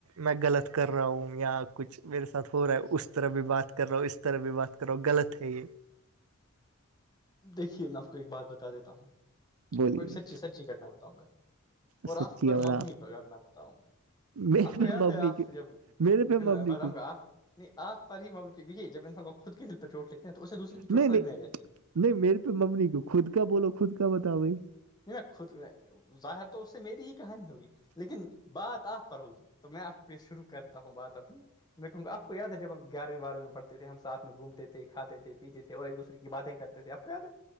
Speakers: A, on the right; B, on the left.
A: میں غلط کر رہا ہوں یا کچھ میرے ساتھ ہو رہا ہے اس طرح بھی بات کر رلو اس طرح بھی بات کرو غلط ہے یہ
B: دیکھیے میں آپ کو ایک بات بتا دیتا ہوں
A: بولیے
B: میں کو ایک سچی سچی گٹنا بتاؤں گا اور
A: سچی
B: آف پر
A: اور
B: مبنی
A: آپ
B: بگڑنا بتاؤں گا
A: میرے
B: آپ کو یاد
A: پہ مبنی
B: ہے آپ
A: کی
B: جب
A: میرے پہ
B: پھر میں
A: مبنی
B: بتاؤں
A: کیوں
B: گا آپ نہیں آپ پر ہی دیکھیے جب ان کو خود کے دل پر چوٹ لکھتے ہیں تو اسے دوسری کی
A: نہیں
B: چوٹ سمج
A: نہیں
B: میں آ جاتی ہے
A: نہیں میرے پہ مممی کو خود کا بولو خود کا بتاؤ بھائی
B: نہیں میں خود ظاہر تو اس سے میری ہی کہانی ہوگی لیکن بات آپ پر ہوگی تو میں آپ پہ شروع کرتا ہوں بات اپنی میں آپ کو یاد ہے جب ہم گیارہویں بارویں میں پڑتے تھے ہم ساتھ گھومتے تھے کھاتے ھتے اور ایک دوسرے کی باتیں کرتے توے آپ کویاد ہے